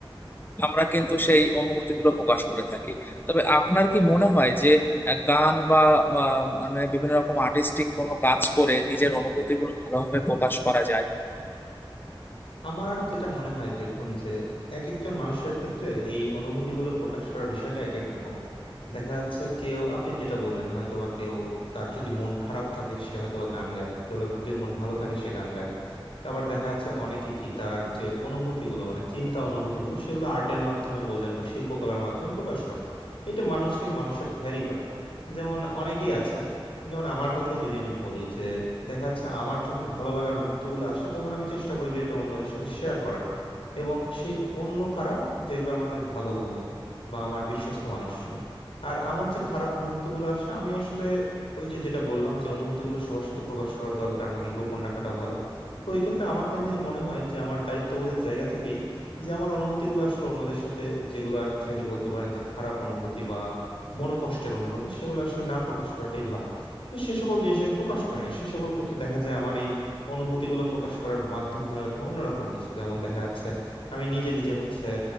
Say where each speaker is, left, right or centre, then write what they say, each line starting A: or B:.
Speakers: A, on the left; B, on the left.
A: আমরা কিন্তু সেই অনুভূতিগুলো প্রকাশ করে থাকি তবে আপনার কি মনে হয় যে আহ, গান বা আহ, মানে বিভিন্ন রকম আর্টিস্টিক কোনো কাজ করে নিজের অনুভূতিগুলো ভালোভাবে প্রকাশ করা যায়
B: আমার যেটা মনে হয় দেখুন যে এক একজন মানুষের ক্ষেত্রে এই অনুভূতিগুলো প্রকাশ করার বিষয়টা এক এক রকম দেখা যাচ্ছে কেউ আপনি যেটা বললেন হয়তোবা কেউ তার যদি মন খারাপ থাকে সে হয়তোবা গান গায় কেউ যদি মন ভালো থাকে সে গান গায় আবার দেখা যাচ্ছে অনেকে কি তার যে অনুভূতিগুলো মানে চিন্তা অনুভূতিগুলো সেগুলো আর্টের মাধ্যমে বললেন বা শিল্পকলার মাধ্যমে প্রকাশ করে এটা মানুষ থেকে মানুষে ভ্যারি করে যেমন অনেকেই আছে যেমন আমার কথাই যদি আমি বলি যে দেখা যাচ্ছে আমার যখন ভালো লাগার মুহূর্তগুলো আসে তখন আমি চেষ্টা করি যে এটা অন্যদের সাথে শেয়ার করার এবং সেই অন্য কারা যেগুলো আমাদের ভালো বন্ধু বা আমার বিশ্বস্ত মানুষজন আর আমার যে খারাপ মুহূর্তগুলো আসে আমি আসলে ওই যে যেটা বললাম যে অনুভূতিগুলো সবার সাথে প্রকাশ করা দরকার নাকি গোপন রাখাটা ভালো তো এই ক্ষেত্রে আমার কেন জানি মনে হয় যে আমার দায়িত্ববোধের জায়গা থেকেই যে আমার অনুভূতিগুলো আসলে অন্যদের সাথে যেগুলো অ্যাকচুয়ালি বলতে পারেন যে খারাপ অনুভূতি বা মনোকষ্টের অনুভূতি সেগুলো আসলে না প্রকাশ করাটাই ভালো তো সে সকল জিনিস আমি প্রকাশ করি না সে সকল ক্ষেত্রে দেখা যায় আমার এই অনুভূতিগুলো প্রকাশ করার মাধ্যম হয়ে ওঠে অন্যরকম কিছু যেমন দেখা যাচ্ছে আমি নিজে নিজে হচ্ছে